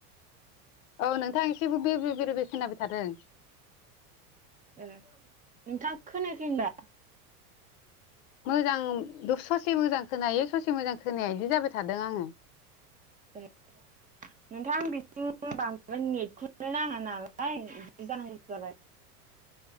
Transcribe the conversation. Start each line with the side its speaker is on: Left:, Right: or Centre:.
Left: औ नोंथां एसेबो बे बे बेरे बे खोनाबाय थादों।
Right: ओ नोंथाङा खोनायाखै होमबा?
Left: मोजां ससे मोजां खोनायो ससे मोजां खोनाया इदि जाबाय थादों आङो
Right: <unintelligible> नोंथां बिथिं बांद्राय नेटखौनो नाङा नालाय बिदि मा जानांगौ इदिबालाय